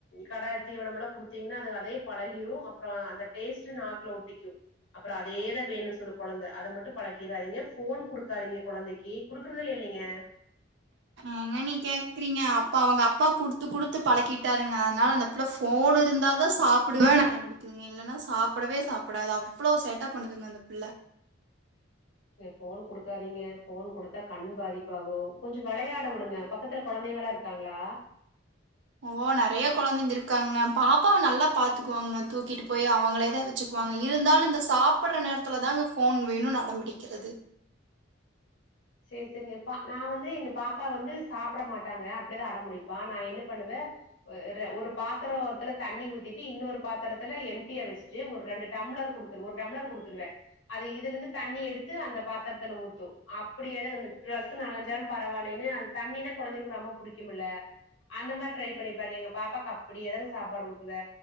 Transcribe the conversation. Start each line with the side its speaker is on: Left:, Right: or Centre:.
Left: கடை தீவனமெல்லா குடுத்திங்னா அது அதே பழகிரு அப் பற அந்த டேஸ்ட்டு நாக்குல ஒட்டிக்கு அப்பற அதேதா வேணுன் சொல்லு கொழந்தை அத மட்டு பழக்கிறாதிங்க ஃபோன் குடுக்காதிங்க கொழந்தைக்கு குடுக்குறதில்லல் நீங்க
Right: ஏங்க நீ கேக்கறிங்க அப்ப அவங்க அப்பா குடுத்து குடுத்து பழக்கிட்டாருங்க அதனால அந்த புள்ள ஃபோன் இருந்தாதா சாப்புடுவேன் அடம் புடிக்குது இல்லன்னா சாப்படவே சாப்படாது அவ்ளோ சேட்ட பண்ணுதுங்க அந்த புள்ள
Left: ஃபோன் கொடுக்காதிங்க ஃபோன் குடுத்தா கண் பாதிப்பாகு கொஞ்ச வெளயாட உடுங்க பக்கத்துல கொழந்தைகளா இரு க்காங்ளா
Right: ஓ நெறைய கொழந்தைங்க இருக்காங்க பாப்பாவ நல்லா பாத்துக்குவாங்க தூக்கிட்டு போய் அவங்களேதா வெச்சு க்வாங்க இருந்தாலு இந்த சாப்படற நேரத்துலதாங்க ஃபோன் வேணுனு அடம்பிடிக்கிறது
Left: சேர் செரிங்க பா நா வந்து எங்க பாப்பா வந்து சாப்பட மாட்டாங்க அப்படிதா அடம் புடிப்பா நா என்ன பண்ணுவ ஒரு பாத்திரத்துல தண்ணி ஊத்திட்டு இன்னொரு பாத்திரத்துல எம்டியா வெச்சுட் டு ஒரு ரெண்டு டம்ளர் குடுத்துரு ஒரு டம்ளர் குடுத்துருவ அது இதுல இருந்து தண்ணி எடுத்து அந்த பாத்திரத்துல ஊத்து அப் படியேதா இந்த ட்ரெஸ் நலஞ்சாலு பரவாலைனு அது தண்ணினா கொழந்தைகளுக்கு ரொம்ப புடிக்குமல்ல அந்த மாரி ட்ரை பண்ணிப்பாருங்க எங்க பாப்பாக்கு அப்படியே தாங்க சாப்பாடு ஊட்டுவே